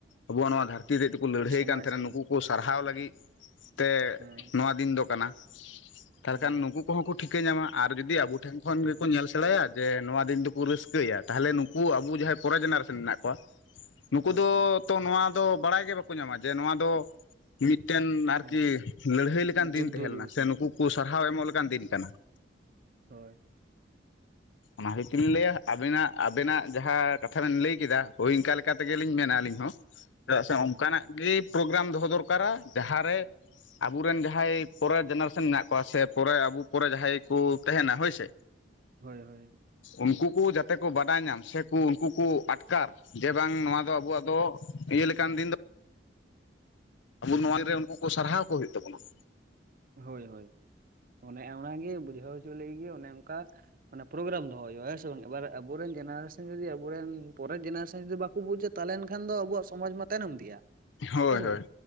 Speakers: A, on the left; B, on the right.
A: ᱟᱵᱚᱣᱟᱜ ᱱᱚᱣᱟ ᱫᱷᱟᱹᱨᱛᱤ ᱦᱚᱛᱮᱡ ᱞᱟᱹᱲᱦᱟᱹᱭ
B: ᱯᱩᱨᱟᱹ ᱥᱚᱢᱟᱡᱽ
A: ᱠᱟᱱ ᱛᱟᱦᱮᱱᱟ
B: ᱦᱳᱭ
A: ᱱᱩᱠᱩ ᱠᱚ ᱥᱟᱨᱦᱟᱣ ᱞᱟᱹᱜᱤᱫ ᱛᱮ
B: ᱦᱮᱸ
A: ᱱᱚᱣᱟ ᱫᱤᱱ ᱫᱚ ᱠᱟᱱᱟ ᱛᱟᱦᱚᱞᱮ
B: ᱦᱩᱸ
A: ᱠᱷᱟᱱ ᱱᱩᱠᱩ ᱠᱚᱦᱚᱸ ᱠᱚ ᱴᱷᱤᱠᱟᱹ ᱧᱟᱢᱟ ᱟᱨ ᱡᱩᱫᱤ ᱟᱵᱚ ᱴᱷᱮᱱ ᱠᱷᱚᱱ
B: ᱴᱷᱤᱠᱟᱹ
A: ᱜᱮᱠᱚ
B: ᱜᱮᱭᱟ
A: ᱧᱮᱞ ᱥᱮᱸᱬᱟᱭᱟ ᱾ ᱡᱮ ᱱᱚᱣᱟ ᱫᱤᱱ ᱫᱚᱠᱚ ᱨᱟᱹᱥᱠᱟᱹᱭᱟ ᱛᱟᱦᱞᱮ ᱱᱩᱠᱩ ᱟᱵᱚ ᱡᱟᱦᱟᱸᱭ ᱯᱚᱨᱮᱨ ᱡᱮᱱᱟᱨᱮᱥᱚᱱ ᱢᱮᱱᱟᱜ ᱠᱚᱣᱟ ᱱᱩᱠᱩ
B: ᱦᱳᱭ
A: ᱫᱚ
B: ᱦᱳᱭ
A: ᱛᱚ ᱱᱚᱣᱟ ᱫᱚ ᱵᱟᱲᱟᱭ ᱜᱮ ᱵᱟᱠᱚ ᱧᱟᱢᱟ ᱡᱮ ᱱᱚᱣᱟ ᱫᱚ ᱢᱤᱫᱴᱮᱱ ᱟᱨᱠᱤ
B: ᱦᱮᱸ
A: ᱞᱟᱹᱲᱦᱟᱹᱭ ᱞᱮᱠᱟᱱ ᱫᱤᱱ
B: ᱡᱩᱫᱽᱫᱷᱚ
A: ᱛᱟᱦᱮᱸ
B: ᱫᱤᱵᱚᱥ
A: ᱞᱮᱱᱟ ᱥᱮ
B: ᱦᱳᱭ
A: ᱱᱩᱠᱩ ᱠᱚ ᱥᱟᱨᱦᱟᱣ ᱮᱢᱚᱜ ᱞᱮᱠᱟᱱ ᱫᱤᱱ ᱠᱟᱱᱟ ᱾
B: ᱦᱳᱭ ᱾
A: ᱢᱟᱹᱦᱤᱛᱤᱧ ᱞᱟᱹᱭᱟ ᱟᱵᱤᱱᱟᱜ ᱟᱵᱤᱱᱟᱜ ᱡᱟᱦᱟᱸ ᱠᱟᱛᱷᱟ ᱵᱮᱱ ᱞᱟᱹᱭ ᱠᱮᱫᱟ ᱦᱳᱭ ᱤᱱᱠᱟ ᱞᱮᱠᱟ ᱛᱮᱜᱮ ᱞᱤᱧ ᱢᱮᱱᱟ ᱟᱹᱞᱤᱧ ᱦᱚᱸ ᱪᱮᱫᱟᱜ ᱥᱮ ᱚᱱᱠᱟᱱᱟᱜ ᱜᱮ ᱯᱨᱳᱜᱨᱟᱢ ᱫᱚᱦᱚ ᱫᱚᱨᱠᱟᱨᱟ ᱡᱟᱦᱟᱸᱨᱮ ᱟᱵᱚᱨᱮᱱ ᱡᱟᱦᱟᱸᱭ ᱯᱚᱨᱮ ᱡᱮᱱᱟᱨᱮᱥᱚᱱ ᱢᱮᱱᱟᱜ ᱠᱚᱣᱟ ᱥᱮ ᱯᱚᱨᱮ ᱟᱵᱚ ᱯᱚᱨᱮ ᱡᱟᱦᱟᱸᱭ ᱠᱚ ᱛᱟᱦᱮᱱᱟ ᱦᱳᱭ ᱥᱮ
B: ᱦᱳᱭ ᱦᱳᱭ ᱾
A: ᱩᱱᱠᱩ ᱠᱚ ᱡᱟᱛᱮ ᱠᱚ ᱵᱟᱰᱟᱭ ᱧᱟᱢ ᱥᱮ ᱠᱚ ᱩᱱᱠᱩ ᱠᱚ ᱟᱴᱠᱟᱨ ᱡᱮ ᱵᱟᱝ ᱱᱚᱣᱟ ᱫᱚ ᱟᱵᱚᱣᱟᱜ ᱫᱚ ᱤᱭᱟᱹ ᱞᱮᱠᱟᱱ ᱫᱤᱱ ᱫᱚ ᱟᱵᱚ ᱱᱚᱣᱟ ᱨᱮ ᱩᱱᱠᱩ ᱠᱚ ᱥᱟᱨᱦᱟᱣ ᱠᱚ ᱦᱩᱭᱩᱜ ᱛᱟᱵᱚᱱᱟ ᱾
B: ᱦᱳᱭ ᱦᱳᱭ ᱾ ᱚᱱᱮ ᱚᱱᱟ ᱜᱮ ᱵᱩᱡᱷᱟᱹᱣ ᱦᱚᱪᱚ ᱞᱟᱹᱜᱤᱫ ᱜᱮ ᱚᱱᱮ ᱚᱱᱠᱟ ᱾ ᱢᱮ ᱯᱨᱳᱜᱨᱟᱢ ᱫᱚᱦᱚ ᱦᱩᱭᱩᱜᱼᱟ ᱦᱮᱸ ᱥᱮ ᱵᱟᱝ ᱮᱵᱟᱨ ᱟᱵᱚᱨᱮᱱ ᱡᱮᱱᱟᱨᱮᱥᱮᱱ ᱡᱩᱫᱤ ᱟᱵᱚᱨᱮᱱ ᱯᱚᱨᱮᱨ ᱡᱮᱱᱟᱨᱮᱥᱮᱱ ᱡᱩᱫᱤ ᱵᱟᱝ ᱵᱟᱠᱩ ᱵᱩᱡᱟ ᱛᱟᱞᱮᱱ ᱠᱷᱟᱱ ᱫᱚ ᱟᱵᱚᱣᱟᱜ ᱥᱚᱢᱟᱡ ᱢᱟ ᱛᱟᱭᱱᱚᱢ ᱤᱫᱤᱜᱼᱟ
A: ᱦᱳᱭ
B: ᱵᱩᱡᱷᱟᱹᱣ
A: ᱦᱳᱭ
B: ᱵᱟᱝ